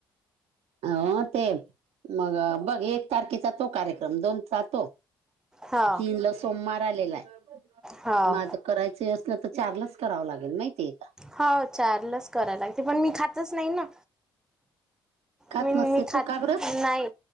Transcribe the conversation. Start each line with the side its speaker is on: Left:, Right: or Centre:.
Right: अ ते मग बघ एक तारखेचा तो कार्यक्रम दोन चा तो.
Centre: हा
Right: तीन ला सोमवार आलेल्या.
Centre: हा
Right: म आता करायचय असल तर चारलाच करावं लागेल माहितीय का?
Centre: हाव चार लाच करायला लागते. पण मी खातच नाही ना.
Right: खात
Centre: मी मी
Right: नसते
Centre: खात
Right: तू का बरं
Centre: नाही.